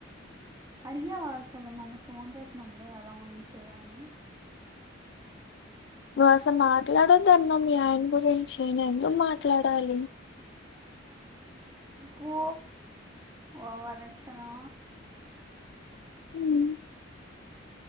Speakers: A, on the right; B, on the left.
A: అడిగేవా అసలు మొన్న ఫోన్ చేసినప్పుడు ఎలా ఉంచేవని
B: నువసలు మాట్లాడొద్ద అన్న మీ ఆయన గురించి నేనేందుకు మాట్లాడాలి
A: కూ ఓవరాక్షను
B: హ్మ్.